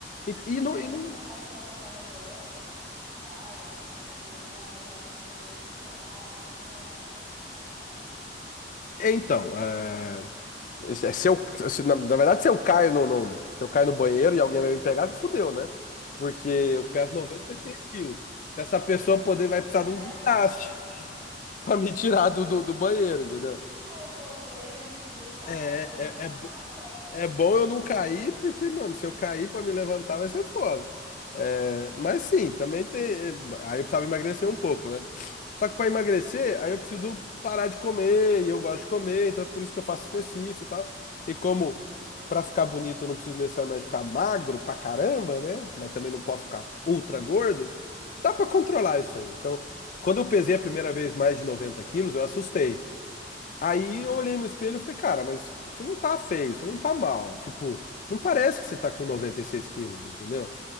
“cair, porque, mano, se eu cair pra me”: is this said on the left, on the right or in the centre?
Left